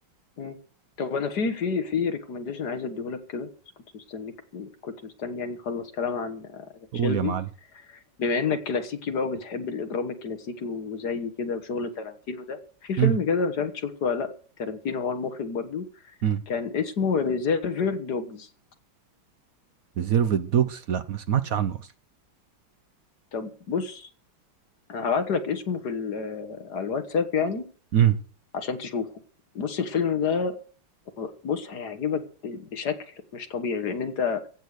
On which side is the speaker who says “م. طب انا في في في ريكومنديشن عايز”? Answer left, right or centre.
Left